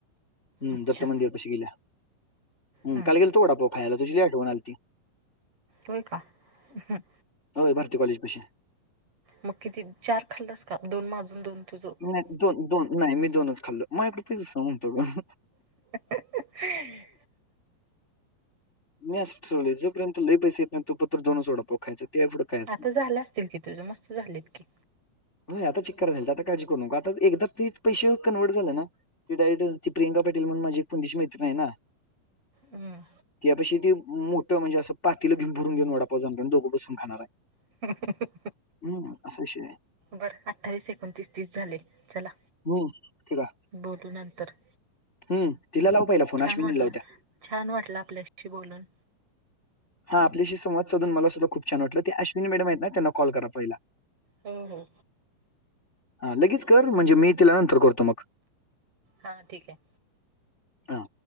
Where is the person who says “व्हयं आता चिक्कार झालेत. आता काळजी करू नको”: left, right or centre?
Left